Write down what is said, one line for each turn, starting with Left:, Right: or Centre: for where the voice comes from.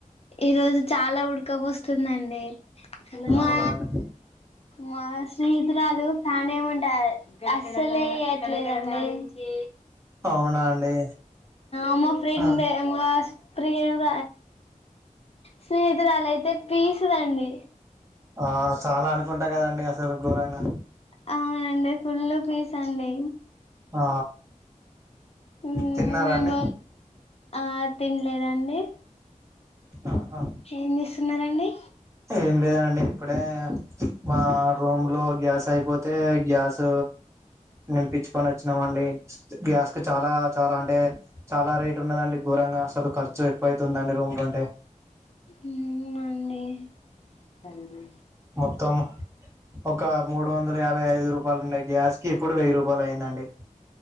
Left: ఈరోజు చాలా ఉడకబోస్తుందండి మా
Right: అవునా అండి
Left: మా స్నేహితు స్నేహితురాలు ఫ్యాన్ ఏయాంటే అస్సలేయట్లేదు అండి
Right: అవునా అండి
Left: అమ్మ ఫ్రెండే
Right: ఆ
Left: మోస్త్ ప్రియం స్నేహితురాలయితే పీసుదండి
Right: ఆ చాలా అనుకుంటా కదండి అసలు ఘోరంగా
Left: అవునండి ఫుల్ పీస్ అండి
Right: ఆ
Left: మ్మ్
Right: తిన్నారా
Left: మేమ్
Right: అండి
Left: ఆ తినలేదండి
Right: ఆహా
Left: ఏం తీస్ స్తున్నారంండి
Right: ఏం లేద అండి ఇప్పుడే మా రూమ్ లో గ్యాస్ అయిపోతే గ్యాస్ నింపించుకొని వచ్చినంండి గ్యాస్ కి చాలా చాలా అంటే చాలా రేట్ ఉన్నదండి ఘోరంగా అసలు ఖర్చు ఎక్కువ అవుతుందండి రూమ్ లోంటే
Left: మ్మ్ అండి సరే
Right: మొత్తం ఒక మూడు వందల యాభై ఐదు రూపాయలు ఉన్నాయి గ్యాస్ కి ఇప్పుడు వెయ్యి రూపాయలు అయిిందండి